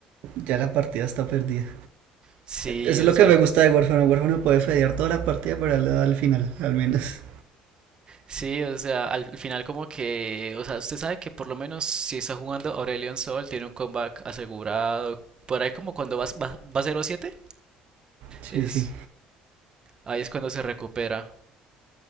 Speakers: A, on the right; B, on the right.
A: ya la partida está perdida.
B: Sí,
A: Eso es
B: o
A: lo
B: sea,
A: que me gusta de Warframe. Warframe puede fedear toda la partida, pero él le da al final, al menos.
B: sí, o sea, al final como que, o sea, usted sabe que por lo menos si está jugando Aurelion Sol tiene un comeback asegurado. Por ahí como cuando va, va, va cero siete
A: Sí,
B: es,
A: sí.
B: ahí es cuando se recupera.